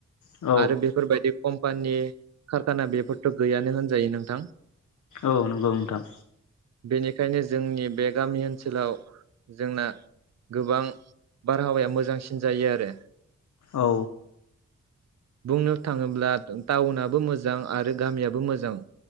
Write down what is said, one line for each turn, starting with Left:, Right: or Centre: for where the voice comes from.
Left: औ
Right: आरो बेफोरबायदि कम्पानि कारखाना बेफोरथ' गैयानो होनजायो नोंथां
Left: औ नंगौ नोंथां
Right: बेनिखायनो जोंनि बे गामि ओनसोलाव जोंना गोबां बारहावाया मोजांसिन जायो आरो।
Left: औ
Right: बुंनो थाङोब्ला टाउनाबो मोजां आरो गामियाबो मोजां